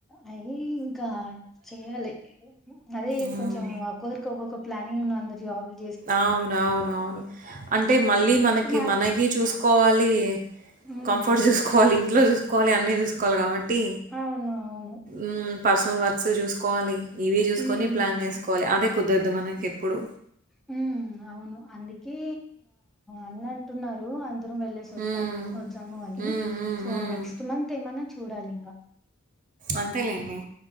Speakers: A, in the centre; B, on the right.
A: అయిి ఇంకా చెయ్యాలి అది
B: మ్మ్.
A: కొంచెం ఒక్కొక్కరికి ఒక్కొక్క ప్లానింగ్ ను అందరి జ
B: అవున అవును అవును అంటే మళ్ళీ మనకి
A: మా
B: మనకి చూసుకోవాలి
A: హ్మ్.
B: కంఫర్ట్ చూసుకోవాలి ఇంట్లో చూసుకో చూసుకోవాలి అన్ని చూసుకోవాలి కాబట్టి
A: అవునవును.
B: ఉమ్ పర్సనల్ వర్కస్ చూసుకోవాలి కాబట్టి కోవాలి ఇవి చూసుకొని
A: హ్మ్.
B: ప్లాన్ చేసుకోవాలి అదె కుదరదు మనకి ఇప్పుడు
A: హ్మ్. అవును అందుకే అన్న అంటున్నారు అ ఇద్ధరం వెళ్ళె సి వద్దాం
B: మ్మ్.
A: వద్దాం అని
B: మ్మ్. మ్మ్.
A: సో
B: మ్మ్.
A: నెక్ట్స్ మంత్ ఎమన్న చూడాలి ఇంకా
B: అంతేలేండి